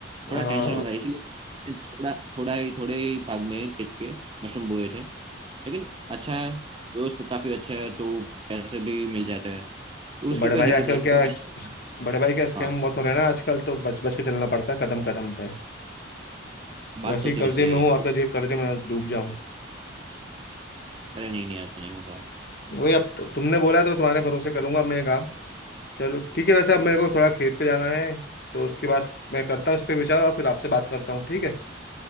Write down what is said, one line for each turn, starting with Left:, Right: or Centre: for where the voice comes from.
Left: आ,
Right: थोड़ा टेंशन
Left: आ,
Right: होता है इसलिए मैंने थोड़ा थोड़ा ही थोड़े ही भाग में खेत के मशरूम बोए थे लेकिन अच्छा है दोस्त काफी अच्छा है तो पैसे भी मिल जाते हैं तो
Left: तो
Right: उसकी
Left: बड़े
Right: कोई
Left: भाई
Right: दिक्कत
Left: आजकल
Right: नहीं
Left: क्या
Right: तू टेंशन
Left: इस- इस- बड़े भाई क्या स्कैम
Right: हाँ
Left: बहुत हो रहे हैं ना आजकल तो बच बच के चलना पड़ता है कदम कदम पे
Right: बात
Left: वैसे
Right: तो
Left: ही
Right: तेरी
Left: कर्जे
Right: सही
Left: में
Right: है
Left: हूँ और कर्जे कर्जे में ना डूब जाऊं
Right: अरे नहीं नहीं ऐसा नहीं होगा
Left: वही अब तु- तुमने बोला तो तुम्हारे भरोसे करूंगा मैं ये काम चलो ठीक है वैसे अब मेरे को थोड़ा खेत पे जाना है तो उसके बाद मैं करता हूँ इस पे विचार और फिर आपसे बात करता हूँ ठीक है